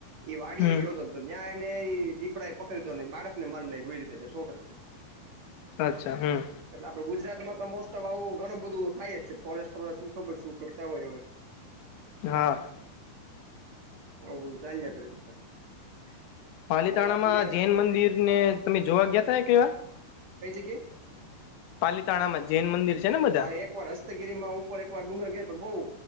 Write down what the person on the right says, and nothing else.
એ વાડી
એ ગયો હતો જ્યાં એને એ પીપડા એ પકડી દધો નહી બાળક ને માર નાખ્યો કોઈ રીતે છે છોકરાને
એટલે આપડે ગુજરાતમાં તો મોસ્ટ ઓફ આવું ઘણું બધું થાય જ છે ફોરેસ્ટ શું ખબર શું હોય એવ
<unintelligible>
આપડે વાત ને
કઈ જગ્યાએ
હા એક વાર હસ્તગીરી માં ઉપર એક વાર ડુંગર કે બઉુ